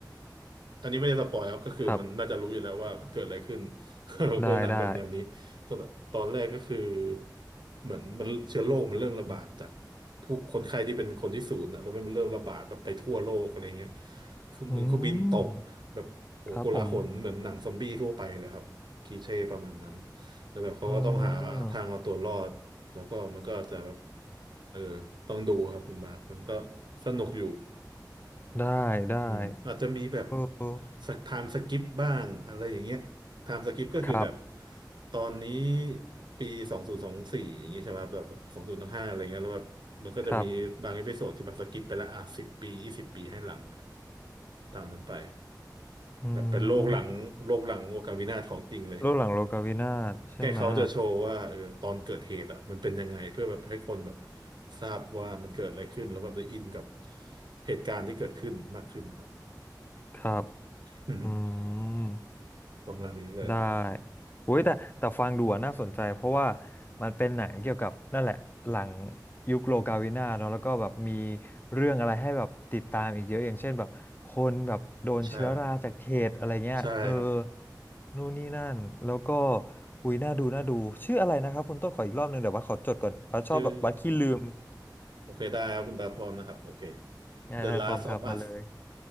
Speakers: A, on the right (about 90°); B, on the left (about 25°).
A: อันนี้ไม่ได้สปอยครับก็คือมันน่าจะรู้อยู่แล้วว่ามันเกิดอะไรขึ้น
B: ครับ
A: <laughs> เพราะหนังแบบแนวนี้ก็แบบตอนแรกก็คือ
B: ได้ได้
A: เหมือนมันเชื้อโรคมันเริ่มระบาดจากผู้คนไข้ที่เป็นคนที่ศูนย์อ่ะแล้วมันเริ่มระบาดแบบไปทั่วโลกอะไรเงี้ยเครื่องบินเครื่องบินตกแบบโอ้โหโกลาหลเหมือนหนังซอมบี้ทั่วไปเลยครับคลีเช่ประมาณนั้น
B: อืมครับผม
A: แล้วแบบเขาก็ต้องหาทางเอาตัวรอดแล้วก็มันก็จะแบบ
B: เออ
A: เออต้องดูครับคุณบาทมันก็สนุกอยู่
B: ได้ได้
A: อืมอาจจะมีแบบ
B: เออ
A: สักไทม์สกิปบ้างอะไรอย่างเงี้ยไทม์สกิปก็คือแบบ
B: ครับ
A: ตอนนี้ปีสองศูนย์สองสี่อย่างเงี้ยใช่ไหมครับแบบสองศูนย์ห้าอะไรเงี้ยแล้วแบบมันก็จะมีบางเอพิโซดที่แบบสกิปไปละอ่ะสิบปียี่สิบปีให้หลัง
B: ครับ
A: ตามนั้นไป
B: อื
A: แบบเป็นโลกหลังโลกหลังโอกาวินาศของจริงเลย
B: มรูปหลังโลกาวินาศใช่ไหมะ
A: แค่เขาจะโชว์ว่าเออตอนเกิดเหตุอ่ะมันเป็นยังไงเพื่อแบบให้คนแบบทราบว่ามันเกิดอะไรขึ้นแล้วแบบได้อินกับเหตุการณ์ที่เกิดขึ้นมากขึ้นครับ
B: ครับ
A: <laughs>
B: อืม
A: ประมาณนี้เลย
B: ได้โอ้ยแต่แต่ฟังดูอะน่าสนใจเพราะว่ามันเป็นหนังเกี่ยวกับนั่นแหละหลังยุคโลกาวินาเนาะแล้วก็แบบมีเรื่องอะไรให้แบบติดตามอีกเยอะอย่างเช่นแบบคนแบบโดนเชื้อราจากเขตอะไรเงี้ยเออ
A: ใช่ใช่ครับ
B: นู่นนี่นั่นแล้วก็หุยน่าดูน่าดูชื่ออะไรนะครับคุณต้นขออีกรอบหนึ่งเดี๋ยวบัสขอจดก่อนบัสชอบแบบบัสขี้ลืม
A: ชื่อโอเคได้ครับคุณตาพรนะครับโอเค
B: <laughs> ง่ายได้พร้อมครับมาเลย
A: The Last of Us